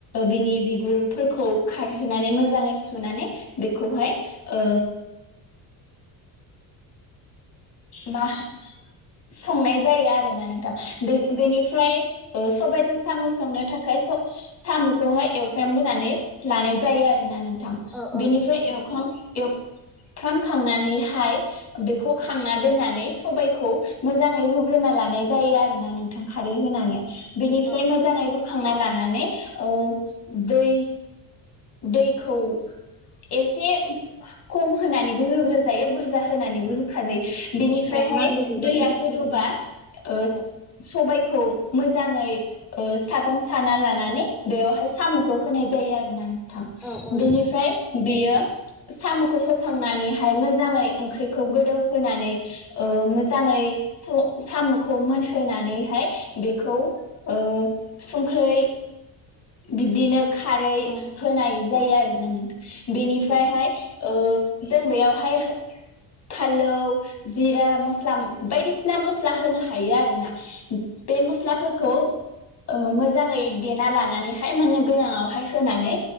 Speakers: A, on the left (about 35°); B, in the centre.
A: बिनि बिगुरफोरखौ खारहोनानै मोजाङै सुनानै बेखौहाय ओ मा संनाय जायो आरोना नोंथां। बे बेनिफ्राय
B: औ
A: ओ सबायजों साम' संनो थाखाय स-साम'खौहाय एवफ्रामग्रोनानै लानाय जायो आरोना नों थां
B: औ औ
A: बेनिफ्राय
B: नोंथां
A: एवखां एवफ्रामखांनानैहाय बेखौ खां
B: औ
A: नानै सबायखौ मोजाङै रुग्रोना लानाय जायो आरोना नोंथां खारै होनानै बिनिफ्राय
B: औ
A: मोजाङै
B: औ
A: रुखांना लानानै अ दैै दैखौ एसे खम होनानैबो रोग्रो जायो बुरजा होनानैबो रुखाजायो बेनिफ्रायहाय
B: औ नांगौ बिबांनि
A: दैआ गोदौवबा ओ
B: औ
A: सबायखौ खौ मोजाङै ओ सागं साना लानानै बेवहाय साम'खौ होनाय जायो आरोना थाम
B: औ औ
A: बेनिफ्राय
B: नोंथां
A: बेयो साम'खौ होखांनानैहाय मोजाङै ओंख्रिखौ गोदौहोनानै ओ मोजाङै स-साम'खौ मोनहोनानैहाय बेखौ ओ संख्रै बिब्दिनो खारै
B: औ
A: होनाय ज जायो आरोना नोंथां बेनिफ्रायहाय
B: औ
A: ओ जों बेयावहाय फालौ जिरा मस्ला बायदिसिना मस्ला होनो हायो आरोना बे मस्लाफोरखौ मोजाङै देना लानानै हाय मोननो गोनाङावहाय होनानै